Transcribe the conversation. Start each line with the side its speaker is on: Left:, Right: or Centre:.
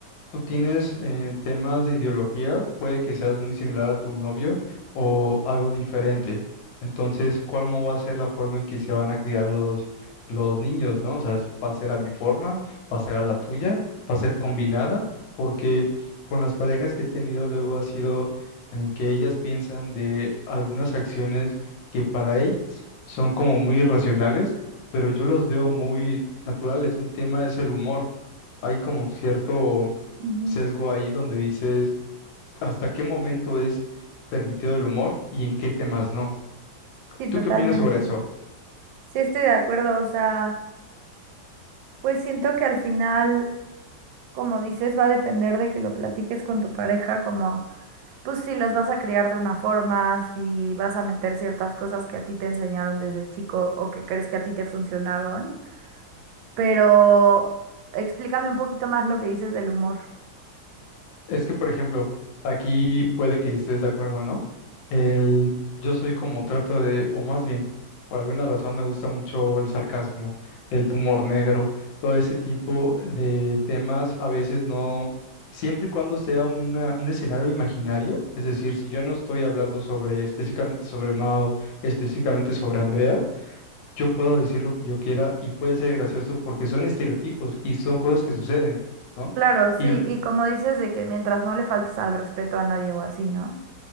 Left: tú tienes en temas de ideología, puede que seas muy similar a tu novio o algo diferente. Entonces, ¿cómo va a ser la forma en que se van a criar los, los niños, ¿no? O sea, ¿va a ser a mi forma? ¿Va a ser a la tuya? ¿Va a ser combinada? Porque con las parejas que he tenido luego ha sido en el que ellas piensan de algunas acciones que para ellas son como muy irracionales, pero yo los veo muy naturales. Un tema es el humor. Hay como cierto
Right: Ujú.
Left: sesgo ahí donde dices hasta qué momento es permitido el humor y en qué temas no.
Right: Sí,
Left: ¿Tú
Right: totalmente.
Left: qué opinas sobre eso?
Right: Sí, estoy de acuerdo. O sea, pues siento que al final, como dices, va a depender de que lo platiques con tu pareja, como, pues si los vas a criar de una forma, si vas a meter ciertas cosas que a ti te enseñaron desde chico o que crees que a ti te funcionaron. Pero explícame un poquito más lo que dices del humor.
Left: Es que, por ejemplo, aquí puede que estés de acuerdo o no. El, yo soy como trato de, o más bien, por alguna razón me gusta mucho el sarcasmo, el humor negro, todo ese tipo de temas. A veces no, siempre y cuando sea una, un escenario imaginario, es decir, si yo no estoy hablando sobre específicamente sobre Mao, específicamente sobre Andrea, yo puedo decir lo que yo quiera y puede ser gracioso porque son estereotipos y son cosas que suceden, ¿no?
Right: Claro, sí,
Left: Y, l-
Right: y como dices de que mientras no le faltes al respeto a nadie o así, ¿no?